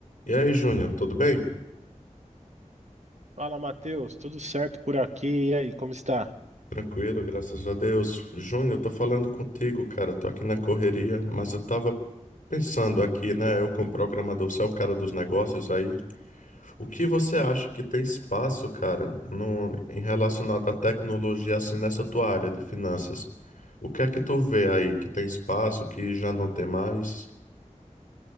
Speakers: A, on the left (about 85°); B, on the right (about 60°).
A: E aí, Júnior, tudo bem?
B: Fala, Matheus, tudo certo por aqui? E aí, como está?
A: Tranquilo, graças a Deus. Júnior, eu tô falando contigo, cara. Tô aqui na correria, mas eu tava pensando aqui, né? Eu, como programador, você é o cara dos negócios aí. O que você acha que tem espaço, cara, no, em relacionado à tecnologia, assim, nessa tua área de finanças? O que é que tu vê aí que tem espaço, que já não tem mais?